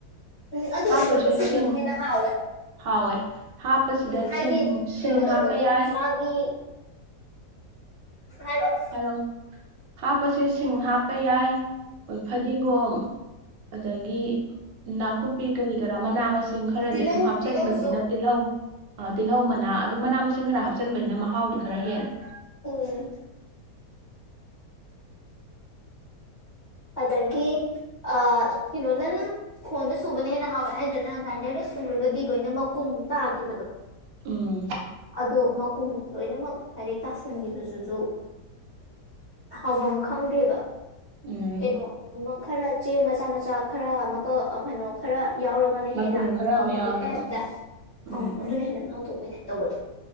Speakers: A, on the left; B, on the right.
A: ꯎꯝ ꯑꯗꯨ
B: ꯍꯥꯞꯇꯣꯏꯁꯦ
A: ꯁꯣꯟꯗꯦ ꯁꯤꯒꯅ
B: ꯁꯤꯡ
A: ꯍꯦꯟꯅ ꯍꯥꯎꯋꯦ
B: ꯍꯥꯎꯋꯦ ꯍꯥꯞꯄꯁꯤꯗ
A: ꯎꯝ ꯍꯥꯏꯗꯤ
B: ꯁꯤꯡ ꯁꯤꯡ
A: ꯀꯩꯅꯣ ꯇꯧꯕꯒꯤ
B: ꯍꯥꯞꯄ ꯌꯥꯏ
A: ꯃꯥꯒꯤ ꯍꯥꯏꯔꯣ
B: ꯍꯂꯣ ꯍꯥꯞꯄꯁꯦ ꯁꯤꯡ ꯍꯥꯞꯄ ꯌꯥꯏ ꯍꯣꯏ ꯐꯗꯤꯒꯣꯝꯝ ꯑꯗꯒꯤ ꯅꯥꯀꯨꯞꯄꯤ ꯀꯔꯤ ꯀꯔꯥ ꯃꯅꯥ ꯃꯁꯤꯡ ꯆꯤꯡ ꯈꯔꯗꯤ
A: ꯇꯤꯜꯍꯧ
B: ꯑꯗꯨꯝ ꯍꯥꯞꯆꯤꯟꯕꯁꯤꯅ
A: ꯇꯤꯜꯍꯧꯁꯨ
B: ꯇꯤꯜꯍꯧ ꯇꯤꯜꯍꯧ ꯃꯅꯥ ꯑꯗꯨꯝ ꯃꯅꯥ ꯃꯁꯤꯡ ꯈꯔ ꯍꯥꯞꯆꯤꯟꯕꯁꯤꯅ ꯃꯍꯥꯎꯗꯤ ꯈꯔ ꯍꯦꯜꯜꯂꯤꯦ
A: ꯎꯝ
B: <unintelligible>
A: ꯑꯗꯨꯗꯒꯤ ꯑ ꯏꯩꯅꯣꯅꯅ ꯈꯣꯟꯗ ꯁꯨꯕꯅ ꯍꯦꯟꯅ ꯍꯥꯎꯋꯦ ꯍꯥꯏꯗꯨꯅ ꯀꯥꯏꯗꯔꯗ ꯁꯨꯔꯒꯗꯤꯗ ꯑꯩꯅ ꯃꯀꯨꯝ ꯇꯥꯈꯤꯕꯗꯣ
B: ꯎꯝ
A: ꯑꯗꯣ ꯃꯈꯀꯨꯝ ꯂꯣꯏꯅꯃꯛ ꯍꯥꯏꯔꯦꯛ ꯇꯥꯁꯟꯈꯤꯕꯗꯨꯁꯨ ꯍꯥꯎꯐꯝ ꯈꯪꯗꯦꯕ
B: ꯎꯝ
A: ꯀꯩꯅꯣ ꯈꯔ ꯆꯦꯡ ꯃꯆꯥ ꯃꯆꯥ ꯈꯔ ꯑꯃꯀ ꯀꯩꯅꯣ ꯈꯔ ꯌꯥꯎꯔꯒ ꯃꯥꯅ
B: ꯃꯀꯨꯝ
A: ꯍꯦꯟꯅ
B: ꯈꯔ
A: ꯍꯥꯎꯕꯒꯤ
B: ꯑꯃ ꯌꯥꯎꯔꯒ
A: ꯇꯥꯏꯞꯇ
B: ꯇꯧꯋꯦ ꯎꯝ
A: ꯎ ꯑꯗꯨꯅ ꯍꯦꯟꯅ ꯃꯍꯥꯎ ꯊꯣꯛꯄꯒꯤ ꯇꯥꯏꯞ ꯇꯧꯕꯗꯣ